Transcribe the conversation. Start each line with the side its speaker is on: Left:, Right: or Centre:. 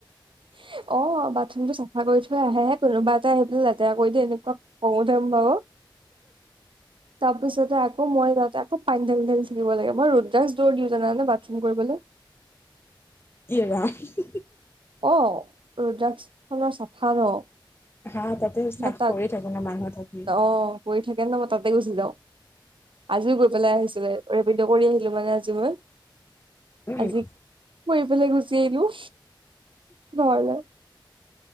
Right: হিঃ', অ', বাথৰুমটো চাফা কৰি থৈ আহেহে কোনোবা এটাই আহি পেলেই লেতেৰা কৰি দিয়ে এনেকুৱা', খং উঠে মোৰ, তাৰপিছতে আকৌ মই লেতেৰাত আকৌ পানী ডালি ডালি', থাকিব লাগে, মই ৰুদ্ৰাক্স দৌৰ দিওঁ জানানে বাথৰুম কৰিবলে',
Left: ইৰা, হু- হু',
Right: অ', ৰুদ্ৰাক্সখনৰ চাফা ন',
Left: হা', তাতে চাফ
Right: মই তাত
Left: কৰি থাকে ন মানুহ থাকি',
Right: অ কৰি থাকে ন, মই তাতে গুছি যাওঁ, আজিও গৈ পেলেই আহিছিলে, ৰেপিড কৰি', মানে আজি মই
Left: উম
Right: আজি ফুৰিবলৈ গুচি আহিলোঁ। ঘৰলৈ,